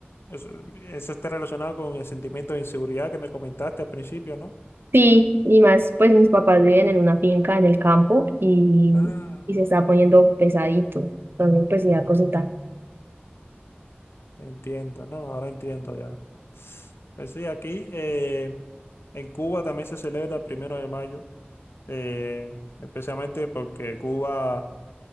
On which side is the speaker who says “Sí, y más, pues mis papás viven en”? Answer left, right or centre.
Right